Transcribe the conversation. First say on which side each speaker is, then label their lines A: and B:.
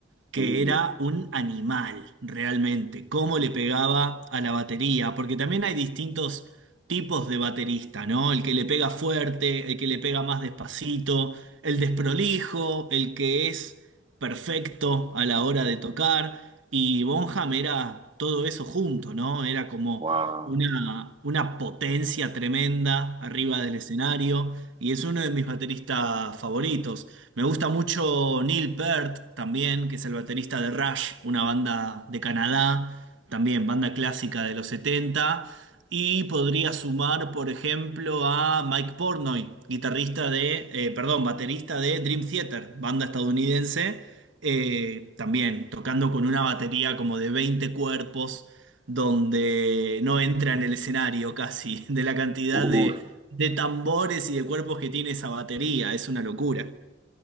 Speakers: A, on the right (about 65°); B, on the right (about 25°).
A: que
B: Uh,
A: era un animal realmente, cómo le pegaba a la batería, porque también hay distintos tipos de baterista, ¿no? El que le pega fuerte, el que le pega más despacito, el desprolijo, el que es perfecto a la hora de tocar, y Bonham era todo eso junto, ¿no? Era como
B: wow.
A: una, una potencia tremenda arriba del escenario y es uno de mis bateristas favoritos. Me gusta mucho Neil Peart también, que es el baterista de Rush, una banda de Canadá, también banda clásica de los 70. Y podría sumar, por ejemplo, a Mike Portnoy, guitarrista de, eh, perdón, baterista de Dream Theater, banda estadounidense, eh, también tocando con una batería como de 20 cuerpos donde no entra en el escenario casi, <laughs> de la cantidad
B: Uf,
A: de, de tambores y de cuerpos que tiene esa batería, es una locura.